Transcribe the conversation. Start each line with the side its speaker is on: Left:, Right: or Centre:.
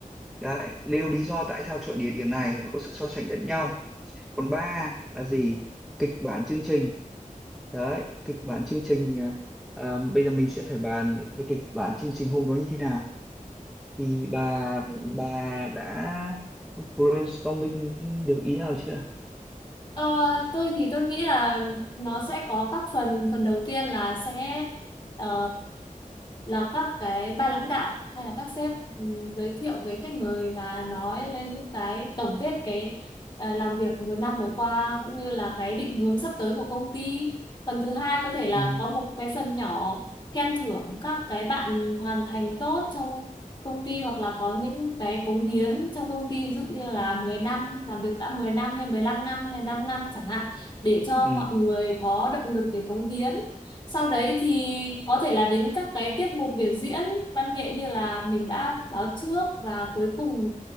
Centre: đấy nêu lý do tại sao chọn địa điểm này và có sự so sánh lẫn nhau còn ba là gì kịch bản chương trình đấy kịch bản chương trình à, à, bây giờ mình sẽ phải bàn cái kịch bản chương trình hôm đó như thế nào thì bà
Left: Ừ.
Centre: bà đã brainstorming được ý nào chưa
Left: ờ, tôi thì tôi nghĩ là nó sẽ có các phần phần đầu tiên là sẽ ờ, là các cái ban lãnh đạo hay là các sếp ừ, giới thiệu với khách mời và nói lên những cái tổng kết cái à, làm việc vừa năm vừa qua cũng như là cái định hướng sắp tới của công ty. Phần thứ hai có thể là
Centre: ừ
Left: có một cái phần nhỏ khen thưởng các cái bạn hoàn thành tốt trong công ty hoặc là có những cái cống hiến trong công ty ví dụ như là 10 năm làm việc đã 10 năm hay 15 năm hay 5 năm chẳng hạn để cho
Centre: ừ
Left: mọi người có động lực để cống hiến sau đấy thì có thể là đến các cái tiết mục biểu diễn văn nghệ như là mình đã báo trước và cuối cùng